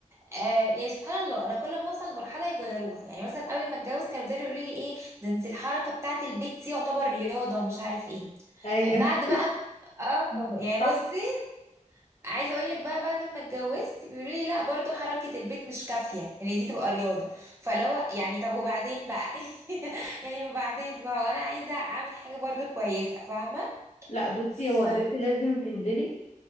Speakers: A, on the right; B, on the left.
A: آه يعني سبحان الله انا كل ما اوصل لمرحله يغيروها يعني مثلا قبل ما اتجوز كانوا يفضلوا يقولوا لي ايه ده انت الحركه بتاعه البيت دي يعتبر رياضه مش عارف ايه
B: ايوه
A: بعد بقى اه
B: <laughs>
A: يعني
B: صح
A: بصي عايزه اقول لك بقى بعد ما اتجوزت بيقولوا لي لا برضو حركه البيت مش كافيه يعني دي تبقى رياضه فلو يعني طب وبعدين بقى <laughs> يعني وبعدين بقى وانا عايزه اعمل حاجه برضو كويسه فاهمه
B: لا بصي
A: ف
B: هو بجد لازم تنزلي